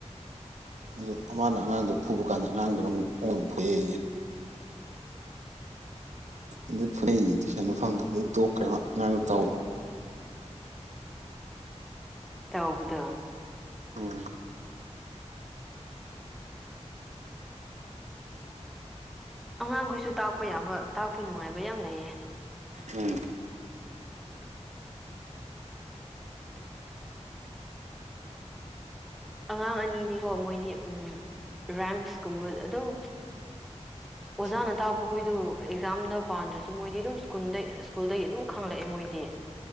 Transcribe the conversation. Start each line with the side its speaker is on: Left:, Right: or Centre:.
Right: ꯑꯗꯨ ꯑꯃꯅ ꯑꯉꯥꯡꯗꯣ ꯐꯨꯕ ꯀꯥꯟꯗ ꯑꯉꯥꯡꯗꯨꯣꯅ ꯑꯃꯨꯛꯗꯪ ꯐꯨꯍꯛꯏꯦ ꯑꯗꯩ ꯐꯅꯒꯤ ꯇꯨꯏꯁꯟ ꯃꯐꯝꯗ ꯑꯗꯩ ꯇꯣꯛꯈ꯭ꯔꯦꯕ ꯉꯥꯡꯅ ꯇꯧꯕ
Centre: ꯇꯧꯕꯗꯣ
Right: ꯎꯝ
Centre: ꯑꯉꯥꯡꯈꯣꯏꯁꯨ ꯇꯥꯛꯄ ꯌꯥꯕ ꯇꯥꯛꯄ ꯅꯨꯡꯉꯥꯏꯕ ꯌꯥꯝ ꯂꯩꯌꯦ
Right: ꯎꯝ
Centre: ꯑꯉꯥꯡ ꯑꯅꯤꯗꯤꯀꯣ ꯃꯣꯏꯗꯤ ꯎꯝ ꯔꯥꯝꯁꯀꯨꯝꯕ ꯑꯗꯨꯝ
Right: <inaudible>
Centre: ꯑꯣꯖꯥꯅ ꯇꯥꯛꯄꯈꯣꯏꯗꯨ ꯑꯦꯛꯖꯥꯝꯗ ꯄꯥꯟꯗ꯭ꯔꯁꯨ ꯃꯣꯏꯗꯤ ꯑꯗꯨꯝ ꯁ꯭ꯀꯨꯜꯗ ꯁ꯭ꯀꯨꯜꯗꯒꯤ ꯑꯗꯨꯝ ꯈꯪꯂꯛꯑꯦ ꯃꯣꯏꯗꯤ꯫